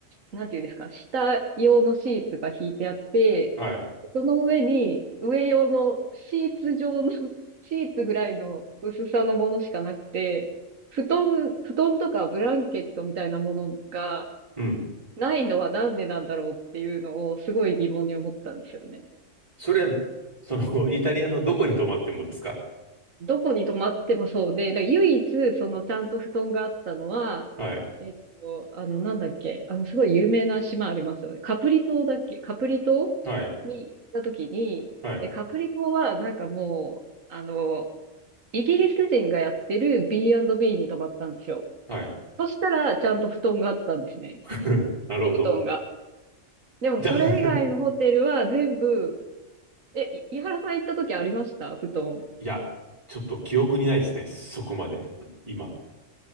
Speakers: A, on the right; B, on the right.
A: なんていうんですか、下用のシーツが敷いてあって、
B: はい。
A: その上に、上用のシーツ状の <laughs> シーツぐらいの薄さのものしかなくて、布団、布団とかブランケットみたいなものが
B: うん。
A: ないのはなんでなんだろうっていうのをすごい疑問に思ったんですよね。
B: それは、その、<laughs> イタリアのどこに泊まってもですか
A: どこに泊まってもそうで、なんか唯一そのちゃんと布団があったのは、
B: はい。
A: えっと、あの、なんだっけ、あの、すごい有名な島ありますよね。カプリ島だっけカプリ島に行った時に、
B: はい。はい。
A: で、カプリ島はなんかもう、あの、イギリス人がやってる B&B に泊まったんですよ。
B: はい。
A: そしたら、ちゃんと布団があったんですね。
B: <laughs> なるほど。
A: 掛け布団が。でも、
B: <laughs> じゃあ、
A: それ以外のホテルは全部、え、い井原さん行った時ありました布団。
B: いや、ちょっと記憶にないですね。そこまで。今。